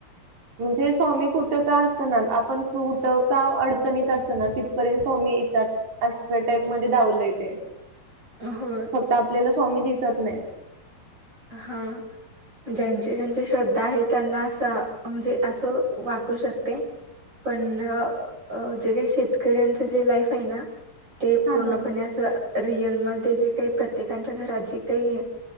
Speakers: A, on the right; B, on the right.
A: म्हणजे स्वामी कुठं का असना आपण कुठं का अडचणीत असना तिथपर्यंत स्वामी येतात. अस टाईप मध्ये दावलंय ते
B: होय.
A: फक्त आपल्याला स्वामी दिसत नाहीत.
B: हा ज्यांचे ज्यांची श्रद्धा आहे त्यांना असं म्हणजे असं वाटू शकतय पण जे काय शेतकऱ्यांच जे लाईफ हाय ना ते
A: हा
B: पूर्णपणे
A: ना
B: असं रिअलमध्ये जे काही प्रत्येकांच्या घरात जी काई